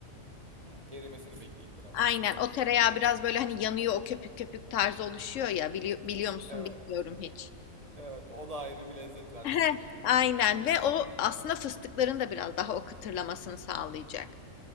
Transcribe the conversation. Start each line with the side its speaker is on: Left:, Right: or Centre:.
Right: Hı, erimesini bekleyin birazcık.
Left: Aynen o tereyağı biraz böyle hani yanıyor o köpük köpük tarzı oluşuyor ya biliyor, biliyor musun
Right: Evet.
Left: bilmiyorum hiç.
Right: Evet o da ayrı bir lezzet verecektir.
Left: heh. Aynen ve o aslında fıstıkların da biraz daha o kıtırlamasını sağlayacak.